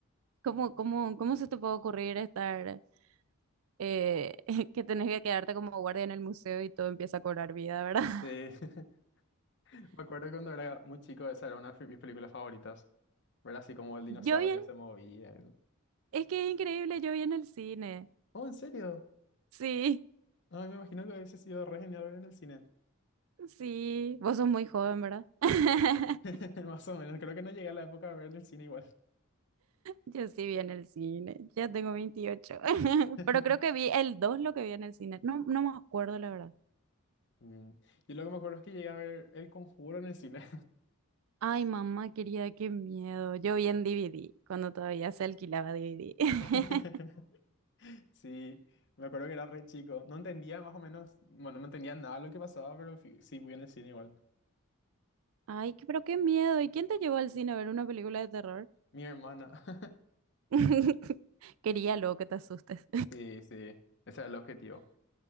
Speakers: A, on the right (about 70°); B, on the left (about 55°).
A: ¿Cómo, cómo, cómo se te puede ocurrir estar, eh, <laughs> que tenés que quedarte como guardia en el museo y todo empieza a cobrar vida, ¿verdad?
B: Sí, <laughs> me acuerdo cuando era muy chico, esa era una de mis películas favoritas. Ver así como el dinosaurio
A: <laughs> Yo bien,
B: se movía. y-
A: es que es increíble, yo vi en el cine.
B: Oh, ¿en serio?
A: Sí.
B: Ay, me imagino que hubiese sido re genial ver en el cine.
A: Sí, vos sos muy joven, ¿verdad? <laughs>
B: <laughs> Más o menos, creo que no llegué a la época de ver en el cine igual.
A: Yo sí vi en el cine, ya tengo 28, <laughs>
B: <laughs>
A: pero creo que vi el 2 lo que vi en el cine, no, no me acuerdo la verdad.
B: Mm. Yo lo que me acuerdo es que llegué a ver El Conjuro en el cine.
A: Ay, mamá querida, qué miedo. Yo vi en DVD, cuando todavía se alquilaba DVD. <laughs>
B: <laughs> Sí, me acuerdo que era re chico. No entendía más o menos, bueno, no entendía nada de lo que pasaba, pero fui- sí fui en el cine igual.
A: Ay, qué- pero qué miedo. ¿Y quién te llevó al cine a ver una película de terror?
B: Mi hermana. <laughs>
A: <laughs> Quería luego que te asustes.
B: Sí, sí, ese era el objetivo.